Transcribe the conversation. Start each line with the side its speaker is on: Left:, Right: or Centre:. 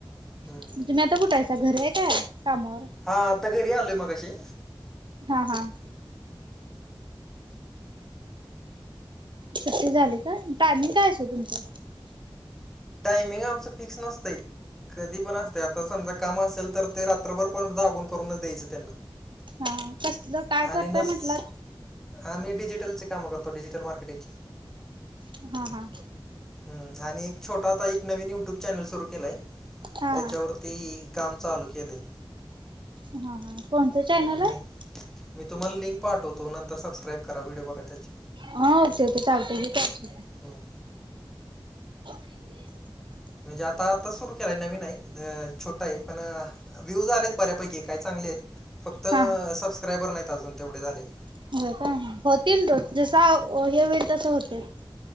Centre: हम्म.
Right: तुम्ही आता कुठायच घर आहे काय कामावर
Centre: हां आता घरी आलोय मगाशी
Right: हा हा. सुट्टी झाले का टायमिंग काय असेल तुमचं?
Centre: टायमिंग आमचं फिक्स नसतय. कधी पण असते आता समजा काम असेल तर ते रात्रभर पण जागून करूनच द्यायचं त्यांना.
Right: हा कसलं काय
Centre: आणि
Right: करतय
Centre: नस
Right: म्हटलं?
Centre: आम्ही डजिटलचे काम करतोडजिटल मार्केटिंग
Right: हा हा.
Centre: ह् आणि एक छोटा आता एक नवीन युट्यूब चॅनल सुरू केलाय
Right: हा
Centre: त्याच्यावर ती काम चालू केले.
Right: हा हा कोणतं चॅनल
Centre: हम्म,
Right: आहे.
Centre: नाही मी तुम्हाला लिंक पाठवतो नंतर सबस्क्राईब करा व्हिडिओ बघा त्याचे
Right: हा ओके ओके चालतंय मी करते.
Centre: हम.
Right: <inaudible>
Centre: म्हणजे आता आता सुरू केलाय नवीन आहे छोटं आहे पण व्ह्यूज आले आहेत बऱ्यापैकी काय चांगले आहेत फक्त
Right: हा
Centre: सबस्क्रायबर नाहीत अजून तेवढे झालेले.
Right: होय काय होतील तो जसा हे होईल तसं होतील.